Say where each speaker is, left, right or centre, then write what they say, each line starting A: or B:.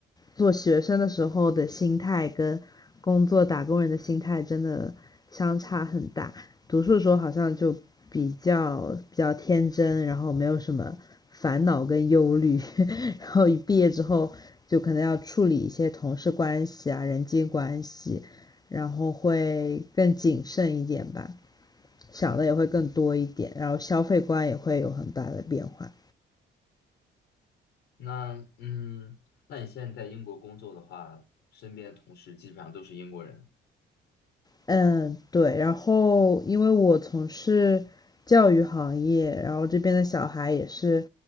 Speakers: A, on the left; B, on the left.
A: 做学生的时候的心态跟工作打工人的心态真的相差很大。读书的时候好像就比较比较天真，然后没有什么烦恼跟忧虑，<laughs> 然后一毕业之后就可能要处理一些同事关系啊、人际关系，然后会更谨慎一点吧，想的也会更多一点，然后消费观也会有很大的变化。
B: 那嗯，那你现在在英国工作的话，身边的同事基本上都是英国人。
A: 嗯，对，然后因为我从事教育行业，然后这边的小孩也是